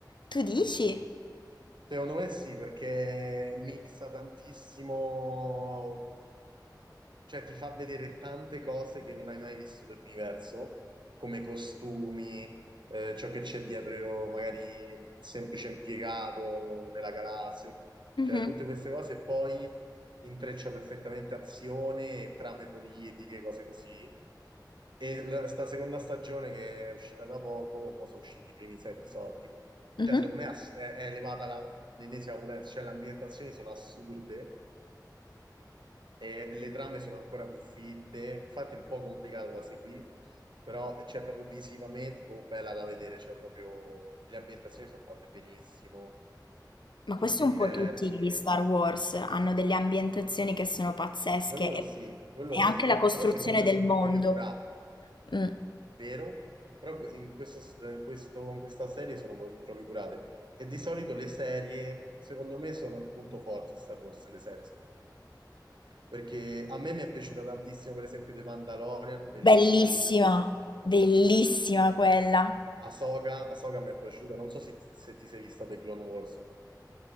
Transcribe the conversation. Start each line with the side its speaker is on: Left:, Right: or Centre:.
Left: Tu dici?
Right: Secondo me sì, perché mixa tantissimo Cioè, ti fa vedere tante cose che non hai mai visto dell'universo, come costumi, eh, ciò che c'è dietro, magari il semplice impiegato nella galassia,
Left: Mhm.
Right: cioè tutte queste cose, e poi intreccia perfettamente azione e trame politiche, cose così. E la, sta seconda stagione che è uscita da poco, mo sono usciti i primi sei episodi,
Left: Mhm.
Right: cioè secondo me ass- è, è elevata la- l'ennesima potenza, cioè le ambientazioni sono assurde e le trame sono ancora più fitte, infatti è un po' complicato da seguire, però c'è proprio visivamente, proprio bella da vedere, c'è proprio le ambientazioni sono fatte benissimo,
Left: Ma
Right: tutte
Left: questo un
Right: diverse,
Left: po' tutti gli Star Wars hanno delle ambientazioni che sono pazzesche
Right: quello
Left: e,
Right: sì, quello
Left: e anche
Right: sì,
Left: la costruzione
Right: però secondo me
Left: del
Right: sono
Left: mondo.
Right: proprio curate,
Left: Mm.
Right: vero? Però que- in questo, in questo- in questa serie sono pro- proprio curate. E di solito le serie, secondo me, sono il punto forte di Star Wars, le serie Perché a me mi è piaciuta tantissimo, per esempio, The Mandalorian, bellissime
Left: Bellissima,
Right: tutte e tre stagioni.
Left: bellissima quella.
Right: Ahsoka, Ahsoka mi è piaciuta, non so se, se ti sei vista The Clone Wars,